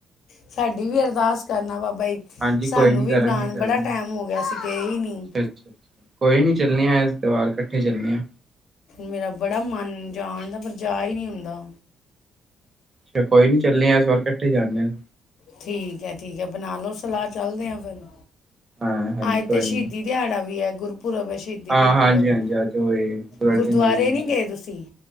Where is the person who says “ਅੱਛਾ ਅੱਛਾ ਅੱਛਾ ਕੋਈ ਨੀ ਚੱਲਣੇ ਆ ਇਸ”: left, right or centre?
Right